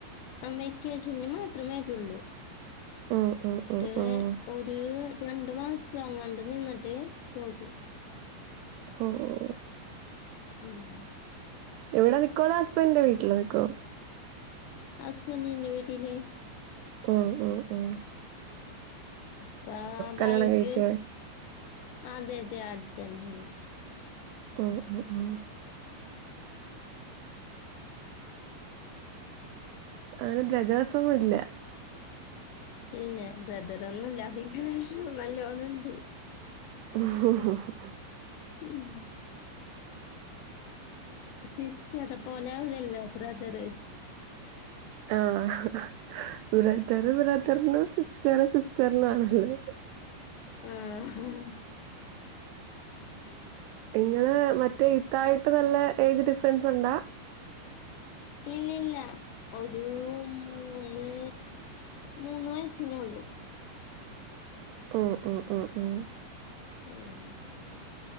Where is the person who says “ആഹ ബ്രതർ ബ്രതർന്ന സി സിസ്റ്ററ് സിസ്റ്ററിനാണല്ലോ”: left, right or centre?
Right